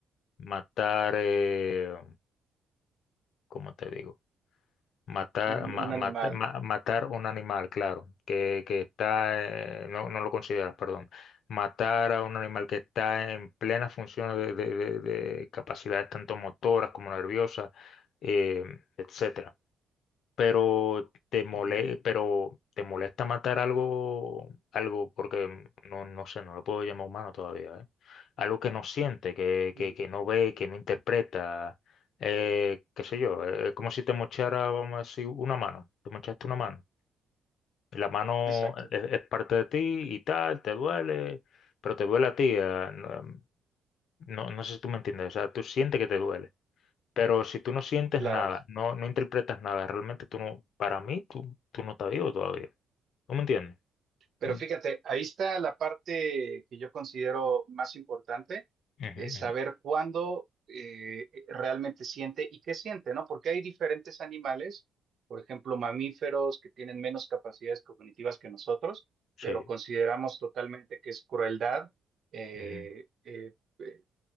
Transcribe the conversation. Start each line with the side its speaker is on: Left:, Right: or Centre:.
Left: Matar, eh, ¿cómo te digo? Matar,
Right: un,
Left: ma-
Right: un
Left: mata-
Right: animal.
Left: ma- matar un animal, claro, que, que está, eh, no, no lo consideras, perdón. Matar a un animal que está en plena función de, de- de- de capacidades tanto motoras como nerviosas, eh, etcétera pero te mole,
Right: Ujú,
Left: pero te molesta matar algo, algo, porque no, no sé, no lo puedo llamar humano todavía, ¿eh? Algo que no siente, que,
Right: ujú.
Left: que, que no ve, que no interpreta, eh, qué sé yo, eh, es como si te mochara, vamos a decir, una mano, te mochaste una mano. La mano
Right: Exacto,
Left: es, es parte de ti y tal, te duele, pero te duele a ti, eh, no, no no sé si tú me entiendes, o sea, tú sientes que te duele pero si tú no sientes
Right: claro.
Left: nada, no, no interpretas nada, realmente tú no, para mí, tú, tú no estás vivo todavía. ¿Tú me entiendes?
Right: Pero
Left: Mm.
Right: fíjate, ahí está la parte que yo considero más importante,
Left: Ujú,
Right: es
Left: ujú.
Right: saber cuándo eh, eh, realmente siente y qué siente, ¿no? Porque hay diferentes animales, por ejemplo, mamíferos que tienen menos capacidades cognitivas que nosotros,
Left: Sí.
Right: pero consideramos totalmente que es crueldad. eh,
Left: ujú.
Right: eh, eh,